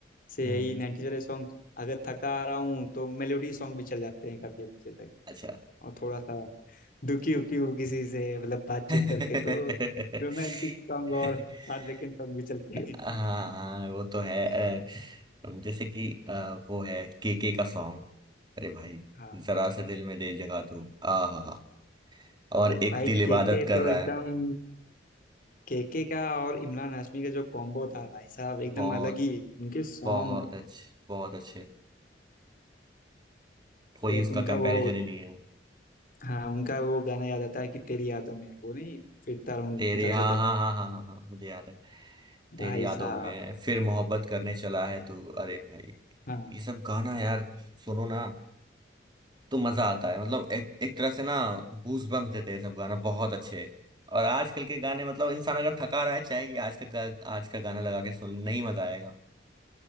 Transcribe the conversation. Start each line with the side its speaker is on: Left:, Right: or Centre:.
Left: से
Right: हम्म
Left: यही 90s वाले सॉन्ग अगर थका आ रहा हूँ तो मेलोडी सॉन्ग भी चल जाते हैं काफी अच्छे तक
Right: अच्छा
Left: और थोड़ा सा दुखी उखी हूँ किसी से मतलब बातचीत
Right: <laughs>
Left: करके तो रोमांटिक सॉन्ग और हार्ट ब्रेकिंग सॉन्ग भी चलते
Right: हाँ
Left: हैं
Right: हाँ, वो तो है अ, जैसे कि अ, वो है के के का सॉन्ग अरे भाई
Left: हाँ
Right: जरा से दिल में दे जगह तू आ हा हा और एक
Left: भाई
Right: दिल इबादत
Left: केके
Right: कर
Left: तो
Right: रहा
Left: एकदम
Right: है
Left: केके का और इमरान हाशमी का जो कॉम्बो था भाई साहब एकदम
Right: बहुत
Left: अलग ही उनके सॉन्ग
Right: बहुत अच्छे बहुत अच्छे कोई
Left: एक
Right: उसका
Left: उनका
Right: कंपैरिजन
Left: वो
Right: ही नहीं है
Left: हाँ उनका वो गाना याद आता है कि तेरी यादों में वो नहीं फिरता रहूं
Right: तेरी
Left: दर
Right: हाँ
Left: बदर
Right: हाँ हाँ हाँ हाँ हाँ मुझे याद है तेरी
Left: भाई
Right: यादों
Left: साहब
Right: में फिर मोहब्बत करने चला है तू अरे भाई
Left: हाँ
Right: ये सब गाना यार सुनो ना तो मजा आता है मतलब एक एक तरह से ना गूज बम्स देते हैं सब गाना बहुत अच्छे और आजकल के गाने मतलब इंसान अगर थका रहा है चाहे कि आज का गा- आज का गाना लगा के सुन नहीं मजा आएगा